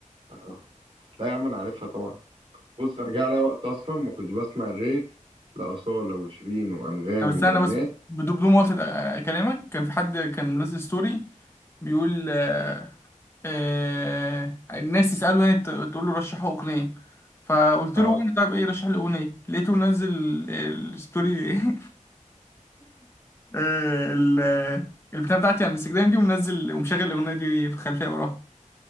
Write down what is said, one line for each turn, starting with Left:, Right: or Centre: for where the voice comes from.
Right: اه لا يا عم انا عارفها طبعا بص انا جه عليا وقت اصلا ما كنتش بسمع غير لاصاله وشيرين وانغام
Left: طب استنى
Right: وجنات
Left: بس بدون بدون مقاطعة آه، كلامك كان في حد كان منزل ستوري بيقول آه، آه، الناس تسأله يعني ت- تقول له رشحوا أغنية فقلت
Right: اه
Left: له وانا طب ايه رشح لي أغنية لقيته منزل ال- الستوري <laughs> آه، ال- البتاع بتاعتي على الانستجرام دي ومنزل ومشغل الأغنية دي في خلفية وراها